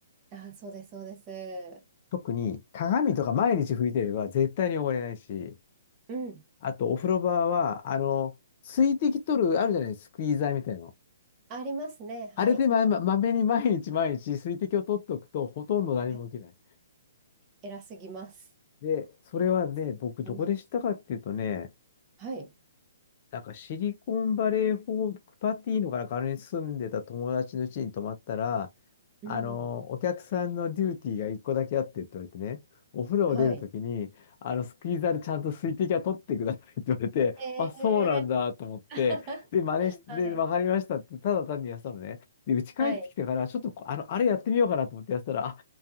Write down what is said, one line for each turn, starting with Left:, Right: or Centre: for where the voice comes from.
Right: あ、そうです、そうです。
Left: 特に鏡とか毎日拭いてれば絶対に汚れないし、
Right: うん。
Left: あとお風呂場は、あの、水滴取る、あるじゃない、スクイーザーみたいなの。
Right: ありますね。はい。
Left: あれでま、ま、まめに毎日毎日水滴を取っておくとほとんど何も起きない。
Right: はい、偉すぎます。
Left: で、それはね、
Right: すぎます。
Left: 僕どこで知ったかっていうとね、
Right: はい。
Left: なんかシリコンバレーホークパティーかなんかあれに住んでた友達の家に泊まったら、
Right: うん。
Left: あの、お客さんのデューティーが一個だけあってって言われてね、お風呂を出るときに、
Right: はい。
Left: あの、スクイーザーでちゃんと水滴は取ってくださいって言われて、
Right: えー。
Left: あ、そうなんだと思って、
Right: <laughs>
Left: で、真似して、
Right: はい。
Left: でわかりましたって、ただ単にやってたのね。で、家帰ってきてから、
Right: はい。
Left: ちょっとこあの、あれやってみようかなと思ってやってたら、あ、